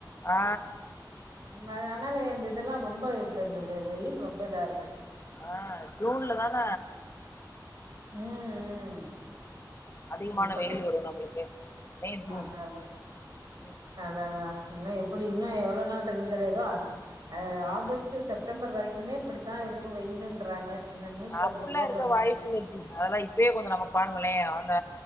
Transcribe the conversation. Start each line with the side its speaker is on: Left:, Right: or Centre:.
Left: ஆ
Right: ம் அ ஆனாலு இந்த இதெல்லா ரொம்ப இப்ப இந்த வெ வெயில் ரொம்ப இதா இருக்கு
Left: ஆ ஜூன்ல தான
Right: ம் ம்
Left: அதிகமான
Right: முக்காஜவு
Left: வெயில் வரு நம்மளுக்கு மே ஜூன்
Right: அதா அதா
Left: ம்
Right: அதா அதா இன்னு எப்பிடி இன்னு எவ்ளோ நாள் இருக்குன் தெரியாது ஏதோ அக் ஆகஸ்டு செப்டம்பர் வரைக்குமே இப்பிடிதா இருக்கு வெயிலுன்றாங்க என்ன நியூஸ்ல
Left: அப்பில்லா
Right: அப்டி போடுறாங்க
Left: இருக்க வாய்ப்பில்ல ஜி அதெல்லா இப்பயே கொஞ்ச நமக் பாருங்களே அந்த